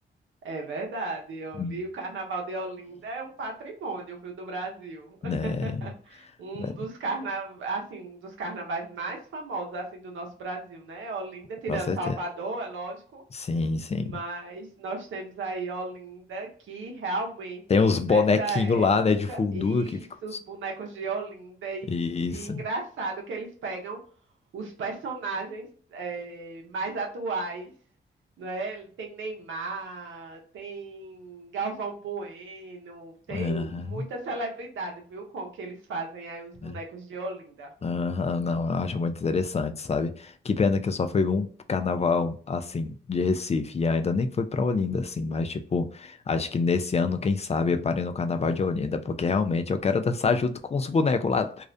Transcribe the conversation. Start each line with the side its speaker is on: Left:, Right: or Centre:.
Right: é verdade. Oli,
Left: Hum.
Right: o Carnaval de Olinda é um patrimônio, viu, do Brasil. <laughs>
Left: É,
Right: Um
Left: né,
Right: dos carna... assim, um dos carnavais mais famosos assim do nosso Brasil, né? Olinda, tirando
Left: com certeza.
Right: Salvador, é lógico,
Left: Sim, sim.
Right: mas nós temos aí Olinda que realmente
Left: Tem uns bonequinhos
Right: nessa época
Left: lá, né, de voodoo
Right: isso,
Left: que ficam.
Right: os bonecos de Olinda e,
Left: Isso.
Right: e engraçado que eles pegam os personagens é, mais atuais, não é? Tem Neymar, tem Galvão Bueno, tem
Left: Aham.
Right: muita celebridade, viu? Com o que eles fazem aí os bonecos
Left: é.
Right: de Olinda.
Left: Aham, não, eu acho muito interessante, sabe? Que pena que eu só fui um carnaval assim de Recife e ainda nem fui pra Olinda assim, mas tipo, acho que nesse ano, quem sabe, eu parei no carnaval de Olinda, porque realmente eu quero dançar junto com os bonecos lá,